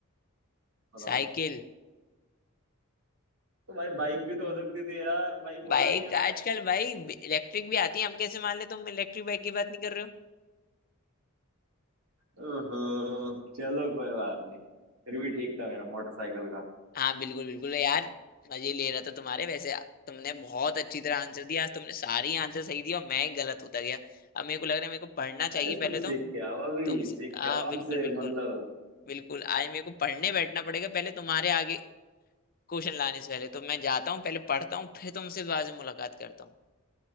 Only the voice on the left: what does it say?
साइकिल
बाइक
आजकल भाई इलेक्ट्रिक भी आती है हम कैसे मान ले तुम इलेक्ट्रिक बाइक की बात नहीं कर रहे हो
हाँ बिल्कुल बिल्कुल यार मजे ले रहा था तुम्हारे वैसे तुमने बहुत अच्छी तरह आंसर दिया आज तुमने सारी आंसर सही दिया और मैं ही गलत होता गया अब मेरे को लग रहा है मेरे को पढ़ना चाहिए
पहले तो
तुम
हाँ
बिल्कुल बिल्कुल
बिल्कुल आज मेरे को पढ़ने बैठना पड़ेगा पहले तुम्हारे आगे क्वेश्चन लाने से पहले तो मैं जाता हूँ पहले पढ़ता हूँ फिर तुमसे बाद में मुलाकात करता हूँ